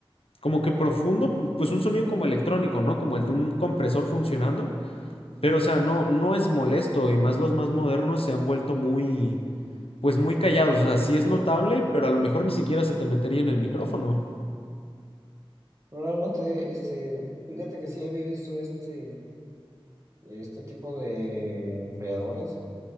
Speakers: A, on the left; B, on the right.
A: como que profundo, pu- pues un sonido como electrónico, ¿no? Como el de un compresor funcionando, pero o sea, no no es molesto y más los más modernos se han vuelto muy pues muy callados, o sea, sí es notable, pero a lo mejor ni siquiera se te metería en el micrófono.
B: Probablemente, este, fíjate que sí había visto este, este tipo de enfriadores,